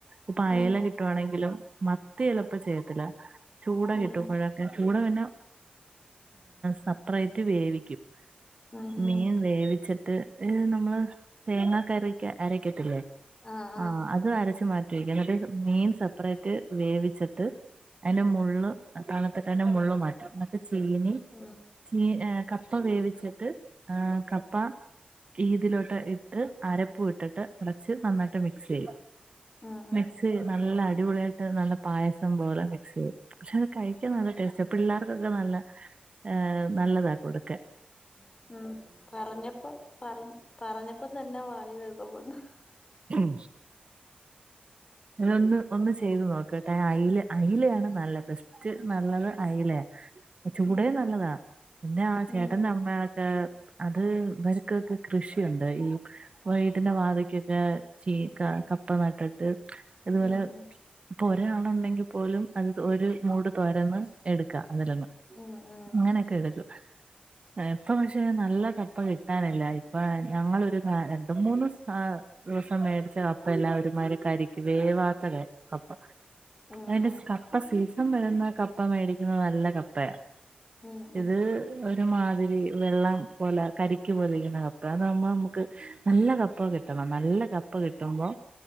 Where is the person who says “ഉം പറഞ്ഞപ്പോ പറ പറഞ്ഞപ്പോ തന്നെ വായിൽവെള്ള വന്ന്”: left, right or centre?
Left